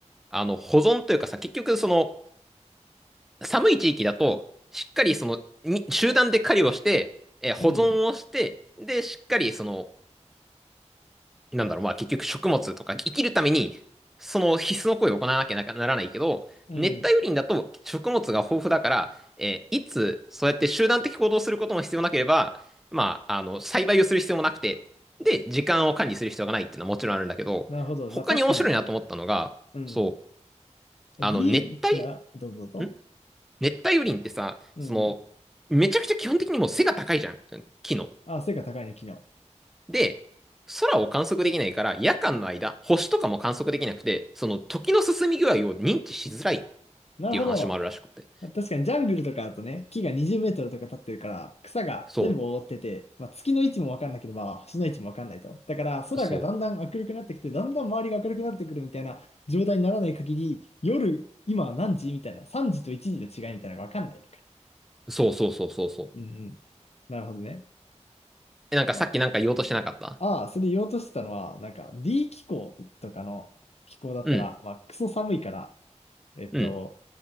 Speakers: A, in the centre; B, on the left (about 60°).
A: あの、保存というかさ、結局、その、寒い地域だと、しっかりその、に集団で狩りをして、えー保存をして、
B: うん。
A: で、しっかりその、なんだろう、まあ結局食物とか生きるために、その必須の行為を行わなきゃなならないけど、
B: うん。
A: 熱帯雨林だと食物が豊富だから、えーいつそうやって集団的行動をすることも必要なければ、まあ、あの、栽培をする必要もなくて、で、時間を管理する必要がないっていうのはもちろんあるんだけど、
B: なるほど。
A: 他に面白いなと思ったのが、
B: まあ、確かに。うん。
A: そう、
B: D、
A: あの、熱帯、
B: あ、どうぞどうぞ。
A: ん熱帯雨林ってさ、
B: うん。
A: その、めちゃくちゃ基本的にもう背が高いじゃん、木の。
B: あ、成果高いね、昨日。
A: で、空を観測できないから、夜間の間、星とかも観測できなくて、その時の進み具合を認知しづらいっ
B: なるほど。
A: ていう話もあるらしくて。
B: まあ確かにジャングルとかだとね、木が20メートルとか立ってるから、草が全部覆ってて、
A: そ
B: まあ、月の位置もわかんなければ、星の位置もわかんないと。だから、空がだんだん明るくなってきて、
A: う、そ
B: だんだん周りが明るくなってくるみたいな状態にならない限り、夜、今は何時みたいな、3時と1時の違いみたいなのがわかんないのか。
A: う、そうそうそうそうそう。
B: うんうん。なるほどね。
A: え、なんかさっきなんか言おうとしてなかった
B: まあ、ああ、それ言おうとしてたのは、なんか D 気候とかの気候だったら、
A: うん、
B: まあ、クソ寒いから、えっと、
A: うん、